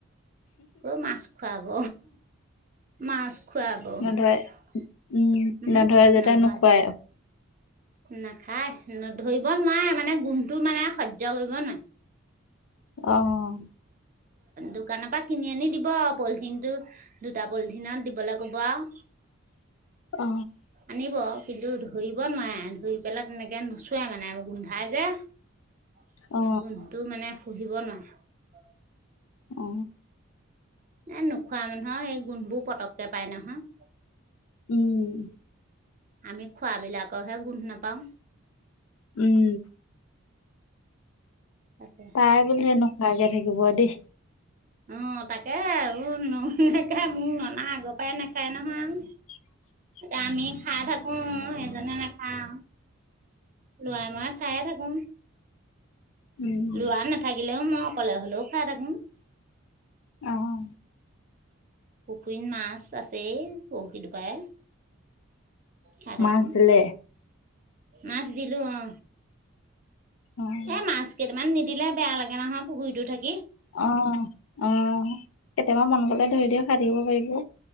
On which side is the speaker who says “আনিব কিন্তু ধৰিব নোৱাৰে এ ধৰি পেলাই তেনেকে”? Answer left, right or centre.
Right